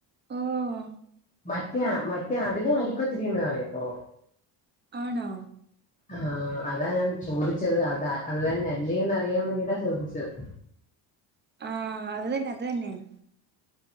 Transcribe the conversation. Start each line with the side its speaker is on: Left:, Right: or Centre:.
Right: ഓഹ്
Left: മറ്റേ മറ്റേ അതിന അരിപ്പത്തിരിന്ന് പറയപ്പോ
Right: ആണോ
Left: ആഹ അതാ ഞാൻ ചോദിച്ചത് അതാ അത്താ ഞല്ലിന്ന് അറിയാൻ വേണ്ടീട്ടാ ചോദിച്ചത്
Right: ആഹ അത്തന്നെ അത് തന്നെയാണ്